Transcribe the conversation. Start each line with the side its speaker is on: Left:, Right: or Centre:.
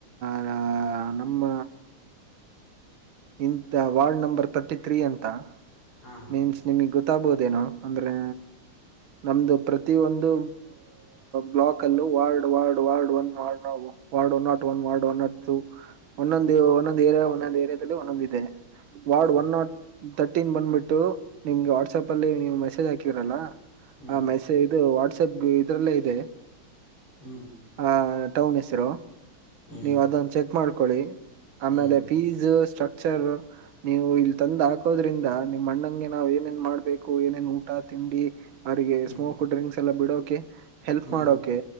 Right: ಆ ನಮ್ಮ ಇಂತ ವಾರ್ಡ್ ನಂಬರ್ ತರ್ಟಿ ಥೀ ಅಂತ
Left: ಹಾಂ
Right: ಮೀನ್ಸ್ ನಿಮಗ್ ಗೊ ತ್ತಾಬೋದೆನೋ ಅಂದ್ರೆ ನಮ್ದು ಪ್ರತಿ ಒಂದು ಬ್ಲಾಕ್ ಅಲ್ಲೂ ward ward ward one ward no ward one nought one ward one nought two ಒಂದೊಂದ ಒಂದೊಂದು ಏರಿಯ ಒಂದೊಂದ ಏರಿಯಾ ಒಂದೊಂದ ಇದೆ ವಾರ್ಡ್
Left: ಹ್ಞೂ
Right: ಒನ್ ನಾಟ್ ತ ಟಿನ್ ಬಂದ್ಬಿಟ್ಟು ನಿಮ್ಗೆ ವಾಟ್ಸ್ಆಪ್ ಅಲ್ಲಿ ನೀವ ಮೆಸೇಜ್ ಹಾಕಿರಲ್ಲ
Left: ಹ್ಞೂ
Right: ಆ ಮೆಸೇ ಇದು ಟಿ ಸಗ್ಗು ಇದ್ರಲ್ಲೆ ಇದೆ
Left: ಹ್ಞೂ
Right: ಹ ಟೌನ್ ಹೆಸರು
Left: ಹ್ಞೂ
Right: ನೀವ ಅದನ್ನ ಚೆಕ್ ಮಾಡ್ಕೊಳ್ಳಿ ಆಮೇಲೆ
Left: ಹ್ಞೂ
Right: ಫೀಸ್ ಸ್ಟ್ರಕ್ಚರ್ ನೀವು ಇಲ್ ತಂದ್ ಹಾಕೋದ್ರಿಂದ ನಿಮ್ ಅಣ್ಣಂಗೆ ನಾವ್ ಏನೇನ್ ಮಾಡ್ಬೇಕು ಏನೇನ್ ಊಟ ತಿಂಡಿ ಅವರಿಗೆ
Left: ಹ್ಞೂ
Right: ಸ್ಮೋಕ್ ಡ್ರಿಂಕ್ಸ್ ಎಲ್ಲ ಬಿಡೋಕೆ ಹೆಲ್ಪ್
Left: ಹ್ಞೂ
Right: ಮಾಡೋಕೆ